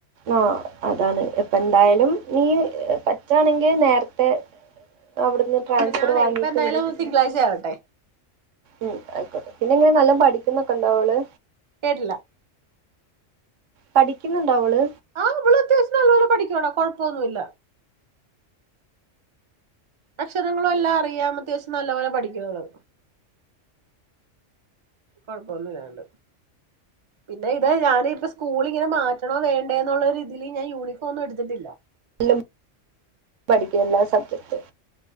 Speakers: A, on the right; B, on the right.
A: ആഹ് അതാണ്. ഇപ്പന്തായാലും നീ പറ്റാണെങ്കി നേര്ത്തെ അവിടുന്ന്
B: നോക്കട്ടെ
A: ട്രാൻസ്ഫർ
B: ഞാനേ
A: വാങ്ങീട്ട്
B: ഇപ്പ എന്തായാലും
A: ഇവിടേക്ക് ചേർത്തണം.
B: തിങ്കളാഴ്ച ആവട്ടെ
A: ഉം ആയിക്കോട്ടെ. പിന്നെ എങ്ങനെ നല്ലം പഠിക്കുന്നോക്കെ ഉണ്ടോ അവള്.
B: കേട്ട്ല്ല
A: പഠിക്കിന്നുണ്ടോ അവള്
B: ആഹ് ഇവള് അത്യാവശ്യം നല്ല പോലെ പഠിക്ക്യോട കൊഴപ്പോന്നുല്ല. അക്ഷരങ്ങളും എല്ലാം അറിയാം അത്യാവശ്യം നല്ലപോലെ പഠിക്കു അവള്. കോഴപ്പോന്നില്ലാണ്ട് പിന്നെ ഇതാ ഞാനിപ്പ സ് കൂളിങ്ങനെ മാറ്റണോ വേണ്ടെ എന്നുള്ള ഒരു ഇതിൽ ഞാൻ യൂണിഫോം എടുത്തിട്ടില്ല.
A: എല്ലാം <unintelligible> പഠിക്കുന്ന സബ്ജക്ട്.